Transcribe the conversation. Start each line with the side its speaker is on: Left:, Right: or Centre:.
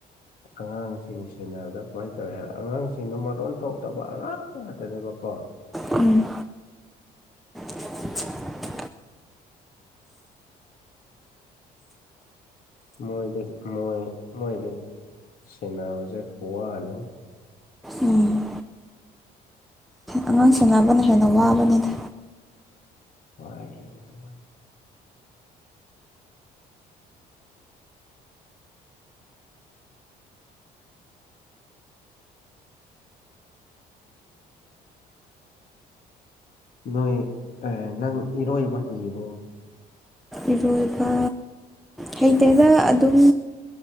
Left: ꯑꯉꯥꯡꯁꯤꯡ ꯁꯦꯟꯅꯕꯗ ꯀꯃꯥꯏꯅ ꯇꯧꯋꯤ ꯍꯥꯏ ꯑꯉꯥꯡꯁꯤꯡꯗꯣ ꯃꯔꯣꯟ ꯊꯣꯛꯇꯕ ꯑꯉꯥꯡ ꯉꯥꯛꯇꯅꯦꯕꯀꯣ
Centre: ꯎꯝ <inaudible>
Left: ꯃꯣꯏꯗꯤ ꯃꯣꯏ ꯃꯣꯏꯗꯤ ꯁꯦꯟꯅꯕꯖꯦ ꯈꯨꯋꯥꯅꯤ
Centre: ꯎꯝ ꯑꯉꯥꯡꯁꯦꯟꯅꯕꯅ ꯍꯦꯟꯅ ꯋꯥꯕꯅꯤꯗ
Left: ꯋꯥꯏ ꯅꯣꯏ ꯑꯥ ꯅꯪ ꯏꯔꯣꯏꯕꯍꯩꯕꯣ
Centre: ꯏꯔꯣꯏꯕ ꯍꯩꯇꯦꯗ ꯑꯗꯨꯝ